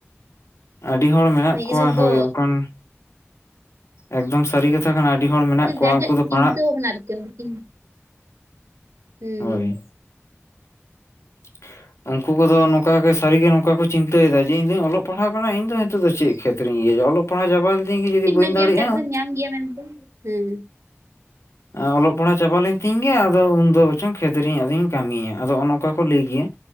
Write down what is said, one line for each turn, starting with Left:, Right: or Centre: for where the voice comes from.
Left: ᱟᱹᱰᱤ ᱦᱚᱲ ᱢᱮᱱᱟᱜ
Right: ᱱᱤᱡᱮ
Left: ᱠᱚᱣᱟ
Right: ᱥᱚᱵ
Left: ᱦᱳᱭ
Right: ᱫᱚ
Left: ᱚᱱᱠᱟᱱ᱾ ᱮᱠᱫᱚᱢ ᱥᱟᱹᱨᱤ ᱠᱟᱛᱷᱟ ᱠᱟᱱᱟ, ᱟᱹᱰᱤ ᱦᱚᱲ ᱢᱮᱱᱟᱜ ᱠᱚᱣᱟ
Right: ᱡᱟᱨ ᱡᱟᱨ
Left: ᱩᱱᱠᱩ ᱫᱚ
Right: ᱪᱤᱱᱛᱟᱹ
Left: ᱯᱟᱲᱦᱟᱜ,
Right: <unintelligible> <unintelligible> ᱦᱩᱸ,
Left: ᱦᱳᱭ
Right: ᱦᱩᱸ᱾
Left: <unintelligible> <inaudible> ᱩᱱᱠᱩ ᱠᱚᱫᱚ ᱱᱚᱝᱠᱟ ᱜᱮ ᱥᱟᱹᱨᱤ ᱜᱮ, ᱱᱚᱝᱠᱟ ᱠᱚ ᱪᱤᱱᱛᱟᱹᱭᱮᱫᱟ ᱡᱮ, ᱤᱧᱫᱚᱧ ᱚᱞᱚᱜ ᱯᱟᱲᱦᱟᱣ ᱠᱟᱱᱟ, ᱤᱧ ᱱᱤᱛ ᱫᱚ ᱪᱮᱫ ᱠᱷᱮᱛᱨᱤᱧ ᱤᱭᱟᱹᱭᱟ, ᱚᱞᱚᱜ ᱯᱟᱲᱦᱟ ᱪᱟᱵᱟ ᱞᱤᱛᱤᱧ ᱜᱮ, ᱡᱩᱫᱤ ᱵᱟᱹᱧ
Right: ᱢᱮᱱᱟᱜ
Left: ᱫᱟᱲᱮᱜᱼᱟ᱾
Right: ᱜᱮᱭᱟ ᱪᱟᱹᱠᱨᱤᱢ ᱧᱟᱢ ᱜᱮᱭᱟ ᱢᱮᱱᱛᱮ, ᱦᱮᱸ
Left: ᱟ ᱚᱞᱚᱜ ᱯᱟᱲᱦᱟᱣ ᱪᱟᱵᱟ ᱞᱮᱱᱛᱤᱧ ᱜᱮ, ᱟᱫᱚ ᱩᱱᱫᱚ ᱵᱚᱨᱪᱚᱝ ᱠᱷᱮᱛᱨᱮ ᱟᱫᱚᱧ ᱠᱟᱹᱢᱤᱭᱟ, ᱟᱫᱚ ᱚᱱ ᱚᱱᱠᱟ ᱠᱚ ᱞᱟᱹᱭ ᱜᱮᱭᱟ᱾